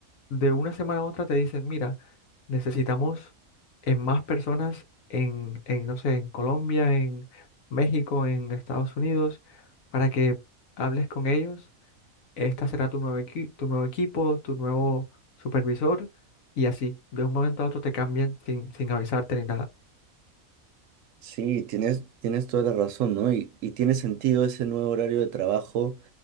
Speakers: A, on the left; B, on the right.
A: de una semana a otra te dicen, mira, necesitamos en más personas en, en, no sé, en Colombia, en México, en Estados Unidos, para que hables con ellos. Esta será tu nuevo equi- tu nuevo equipo, tu nuevo supervisor, y así, de un momento a otro te cambian sin, sin avisarte ni nada.
B: Sí, tienes, tienes toda la razón, ¿no? Y, y tiene sentido ese nuevo horario de trabajo